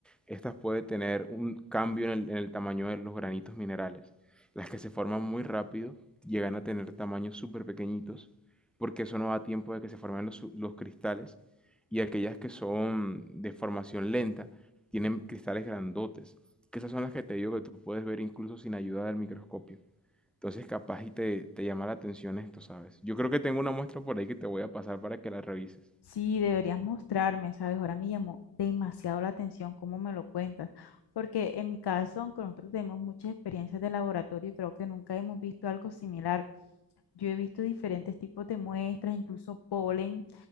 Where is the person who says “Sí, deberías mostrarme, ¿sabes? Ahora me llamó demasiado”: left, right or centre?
Left